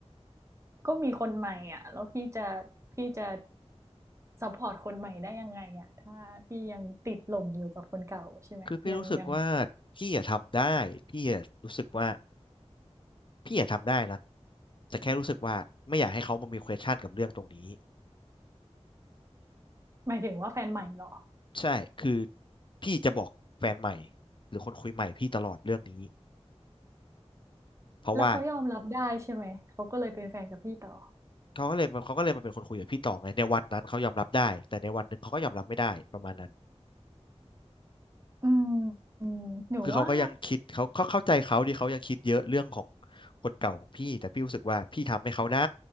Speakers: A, on the right; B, on the left.
A: ก็มีคนใหม่อ่ะแล้วพี่จะพี่จะซัพพอร์ตคนใหม่ได้ยังไงอ่ะถ้าพี่ยังติดหลงอยู่กับคนเก่าใช่ไหมยังยัง
B: คือพี่รู้สึกว่าพี่อยากทำได้พี่อยากรู้สึกว่าพี่อยากทำได้นะแต่แค่รู้สึกว่าไม่อยากให้เขามามี question กับเรื่องตรงนี้
A: หมายถึงว่าแฟนใหม่เหรอ
B: ใช่คือพี่จะบอกแฟนใหม่หรือคนคุยใหม่พี่ตลอดเรื่องนี้เพราะว่า
A: แล้วเขายอมรับได้ใช่ไหมเขาก็เลยเป็นแฟนกับพี่ต่อ
B: เขาก็เลยมาเขาก็เลยมาเป็นคนคุยกับพี่ต่อไงในวันนั้นเขายอมรับได้แต่ในวันหนึ่งเขาก็ยอมรับไม่ได้ประมาณนั้น
A: อืมอืมหนูว่า
B: คือเขาก็ยังคิดเขาเขาเข้าใจเขาดี่เขายังคิดเยอะเรื่องของคนเก่าของพี่แต่พี่รู้สึกว่าพี่ทำให้เขาได้